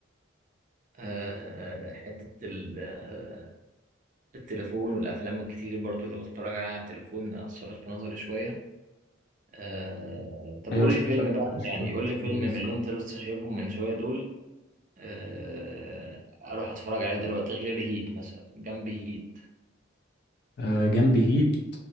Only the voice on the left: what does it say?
ايوه
الشاشات
الشاشات
مش
حلوة
الصراحة
آه، جنب هيت